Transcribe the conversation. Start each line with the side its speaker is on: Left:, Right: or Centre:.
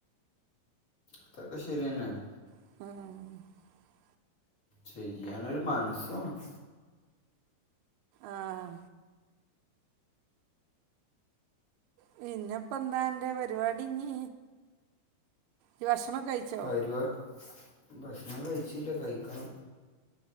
Left: അതൊക്കെ ശരിയെന്നെയാണ്
Right: ഇം
Left: ചെയ്യാനൊരു മനസ്സ് വേണം
Right: ആഹ് പിന്നപ്പെന്താ അന്റെ പരിപാടിഞ്ഞീ ഇജ് ഭക്ഷണോ കഴിച്ചോ
Left: പരിപാ ഭക്ഷണം കഴിച്ചില്ല കഴിക്കണം